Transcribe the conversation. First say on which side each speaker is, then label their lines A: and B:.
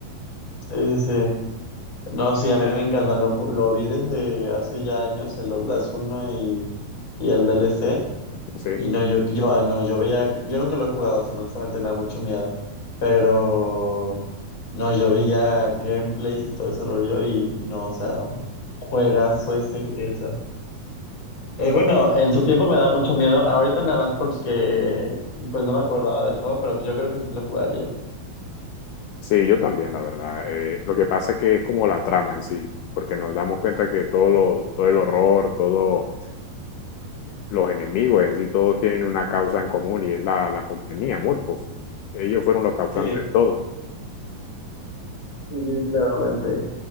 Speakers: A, on the left; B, on the left.
A: Sí, sí, sí. No, sí, a mí me encanta, lo, ju- lo vi desde hace ya años, el Outlast uno y, y el DLC.
B: Sí,
A: Y no, yo, yo, ah, no, yo veía, yo nunca lo he jugado, o sea, honestamente me da mucho miedo, pero no, yo veía gameplays y todo ese rollo y no, o sea, juegazo ese, esa. Eh, bueno, en su tiempo me da mucho miedo, ahorita nada más porque pues no me acordaba del juego, pero yo creo que sí lo jugaría.
B: sí, yo también, la verdad. Eh, lo que pasa es que es como la trama en sí, porque nos damos cuenta que todo, lo, todo el horror, todos los enemigos en sí, todos tienen una causa en común y es la, la compañía, Murphy. Ellos fueron los causantes
A: Sí, sí,
B: de todo.
A: sí, claramente.